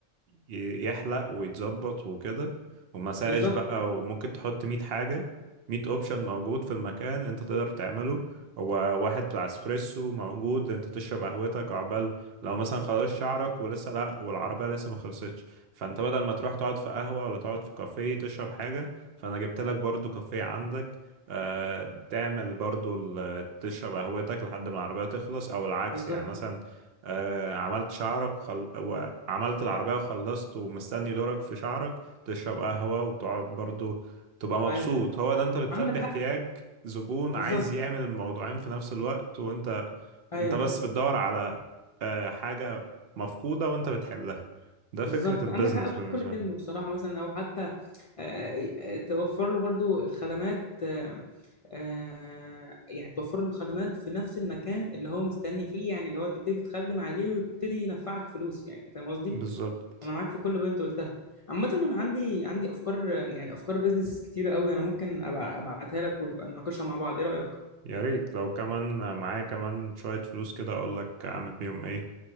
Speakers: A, on the right; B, on the left.
A: ي- يحلق ويتظبط وكده ومساج
B: بالظبط
A: بقى وممكن تحط مية حاجة مية اوبشن موجود في المكان انت تقدر تعمله هو واحد بتاع اسبريسو موجود انت تشرب قهوتك عقبال لو مثلا خلاص شعرك ولسه لا والعربية لسه ما خلصتش فانت بدل ما تروح تقعد في قهوة ولا تقعد في كافيه تشرب حاجة فانا جبت لك برضو كافيه عندك آه، تعمل برضو ال- تشرب قهوتك لحد ما العربية تخلص او العكس
B: بالظبط
A: يعني مثلا آه، عملت شعرك وخل... وعملت العربية وخلصت ومستني دورك في شعرك تشرب قهوة وتقعد برضو تبقى مبسوط
B: ايوه
A: هو ده انت بتلبي
B: عندك حق
A: احتياج زبون
B: بالظبط
A: عايز يعمل الموضوعين في نفس الوقت وانت
B: ايوه
A: انت بس بتدور على آه، حاجة مفقودة وانت بتحلها ده
B: بالظبط
A: فكرة البيزنس
B: عندك حق في
A: بالنسبة
B: كل كلمه
A: لي
B: بصراحه مثلا او حتى آه، آه، توفر له برضو الخدمات آه، آه، يعني توفر له الخدمات في نفس المكان اللي هو مستني فيه يعني اللي هو تبتدي تخدم عليه ويبتدي ينفعك فلوس يعني فاهم قصدي
A: بالظبط
B: انا معاك في كل اللي انت قلتها عامة أنا عندي عندي أفكار يعني أفكار بيزنس كتيرة قوي أنا ممكن أبقى أبعتها لك ونبقى نناقشها مع بعض إيه رأيك؟
A: يا ريت لو كمان معايا كمان شوية فلوس كده أقولك أعمل بيهم إيه